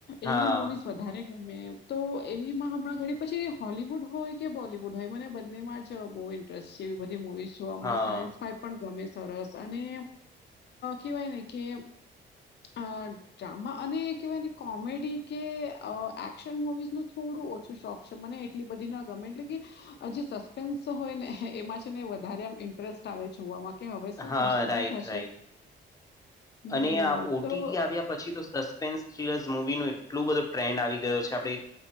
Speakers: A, on the left; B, on the left.
A: હા
B: એવી મુવીઝ વધારે ત તો એવીમાં હમણાં ઘણી પછી હોલીવુડ હોય કે બોલીવુડ હોય મને બંને માં જ બહુ એ બધી મુવીઝ આમાં
A: હા
B: સાયન્સ ફાઈ પણ ગમે સરસ અને કવાય ને કે અ ડ્રામા અને કહેવાય ને કોમેડી કે એક્શન મુવીઝ ન થોડું ઓછું શોખ. મને એટલી બધી ના ગમે એટલે કે જે સસ્પેન્સ હોય ને એમાં છે ને વધારે આમ ઇન્ટરેસ્ટ આવે જોવામાં.
A: હા રાઈટ રાઈટ
B: <unintelligible> હમ
A: અને આ ઓબીટી
B: તો
A: ટી આવ્યા પછી તો સસ્ થલસ મવી ન એટલોું બધો ટ્રેન્ડ આવી ગયો છે આપડણે